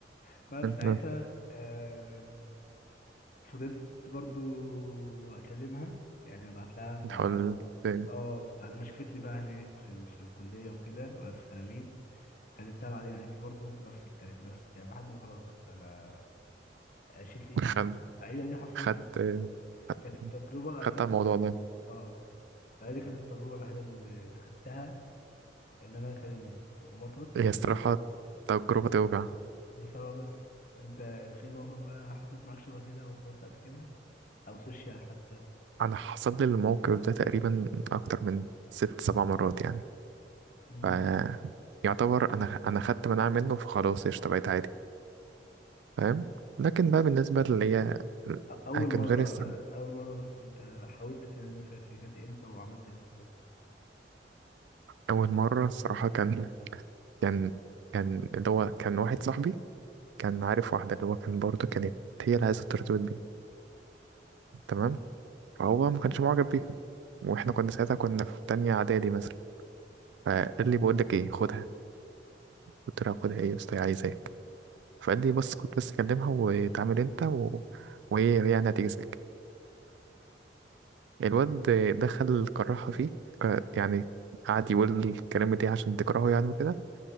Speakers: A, on the left; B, on the right.
A: فساعتها
B: اه.
A: آه فضلت برضو اكلمها يعني ابعت لها بعدها
B: تحاول ت-
A: اه بعد ما شافتني بقى هناك في, ال... في الكليه وكده وعرفت انا مين كلمتها بعدين قالت لي برضه نفس الكلام نفس الكلام لحد ما خلاص بقى انا شلت ايدي
B: خد
A: منها فهي دي حرفيا
B: خدت
A: كانت
B: خدت
A: كانت التجربه انا
B: خدت
A: خدت
B: على الموضوع ده
A: اه فهي دي كانت التجربه الوحيده اللي اللي خدتها ان انا اكلم مني وما ارتبطتش
B: هي
A: بقى
B: الصراحة
A: غير
B: تجربة توجع
A: بصراحه بس انت في موقف بقى حصلت معاك شبه كده او ارتبطت قبل كده او سوشيال حتى
B: أنا حصل لي الموقف ده تقريبا أكتر من ست سبع مرات يعني
A: مم.
B: ف يعتبر أنا أنا خدت مناعة منه فخلاص اشتبعت عادي فاهم لكن بقى بالنسبة اللي هي
A: أ- اول
B: أنا كان
A: مره
B: فينيس
A: انا عارف اول مره بس انت حاولت تعمل فيها كيكات امتى وعملت ايه بالظبط
B: أول مرة الصراحة كان كان كان اللي هو كان واحد صاحبي كان عارف واحدة اللي هو كان برضه كانت هي اللي عايزة الترتيبات دي تمام فهو ما كانش معجب بيها واحنا كنا ساعتها كنا في تانية إعدادي مثلا فقال لي بقول لك ايه خدها قلت له خدها ايه يا اسطى هي عايزاك فقال لي بس خد بس كلمها وتعامل انت و... وهي هي يعني هتجيزك الواد دخل كرهها فيه ك- يعني قعد يقول الكلام دي عشان تكرهه يعني وكده